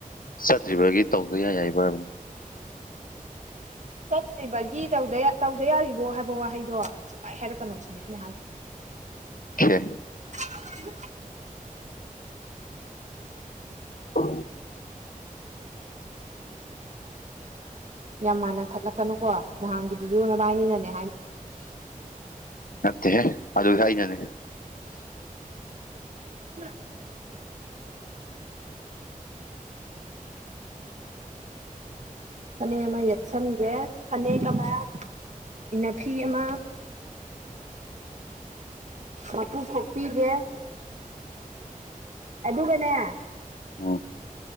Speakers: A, on the left (about 75°); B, on the right (about 55°).
A: ꯆꯠꯇ꯭ꯔꯤꯕꯒꯤ ꯇꯧꯗ ꯌꯥ ꯌꯥꯏꯕ
B: <inaudible> ꯆꯠꯇ꯭ꯔꯤꯕꯒꯤ ꯇꯧꯗ ꯌꯥꯔꯤꯕꯣ ꯍꯥꯏꯕ ꯋꯥꯍꯩꯗꯣ ꯁꯨꯂꯥꯏ ꯍꯥꯏꯔꯛꯀꯅꯣ ꯁꯤꯅꯦ ꯑꯩꯅ ꯍꯥꯏ ꯍ
A: ꯈꯦ
B: <unintelligible>
A: ꯍ
B: ꯌꯥꯝ ꯃꯥꯟꯅ ꯈꯠꯂꯛꯀꯅꯨꯀꯣ ꯅꯍꯥꯟꯒꯤꯗꯨꯁꯨ ꯅꯚꯏꯅꯤꯅꯅꯦ
A: ꯅꯠꯇꯦꯦ ꯑꯗꯨ ꯀꯅꯅꯦ
B: ꯀ ꯐꯅꯦꯛ ꯑꯃ ꯌꯦꯠꯁꯟꯈ꯭ꯔꯦ ꯐꯅꯦꯛ ꯑꯃ ꯏꯅꯥꯐꯤ ꯑꯃ ꯃꯄꯨ ꯈꯣꯛꯄꯤꯒꯦ ꯑꯗꯨꯒꯅꯦ
A: ꯎꯝ